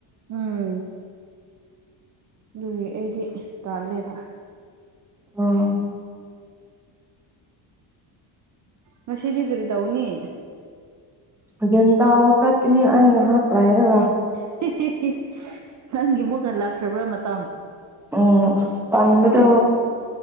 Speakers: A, on the right; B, in the centre.
A: ꯎꯝ ꯑꯗꯨꯒꯤ ꯑꯩꯗꯤ ꯇꯥꯜꯂꯦꯕ
B: ꯑꯝ
A: ꯉꯁꯤꯗꯤ ꯀꯔꯤ ꯇꯧꯅꯤ
B: <unintelligible> ꯆꯠꯀꯅꯤ ꯑꯩ ꯉꯥꯏꯍꯥꯛ ꯍꯥꯏꯔꯒ
A: <unintelligible> ꯅꯪꯒꯤ ꯃꯨꯛꯀꯥ ꯂꯛꯈ꯭ꯔꯕ꯭ꯔꯥ ꯃꯇꯝ
B: ꯎꯝ ꯇꯝꯕꯗꯣ